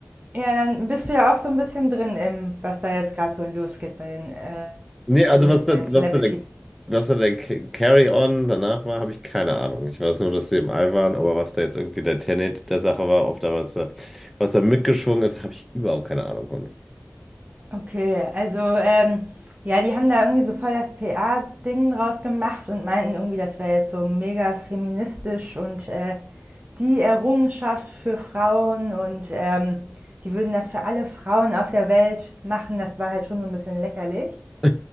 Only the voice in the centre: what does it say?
Nee, also
was da,
was da der, was da der Ca- Carry-On danach war, habe ich keine Ahnung. Ich weiß nur, dass sie im All waren, aber was da jetzt irgendwie der Tenet der Sache war, ob da was da, was da mitgeschwungen ist, habe ich überhaupt keine Ahnung von.
<laughs>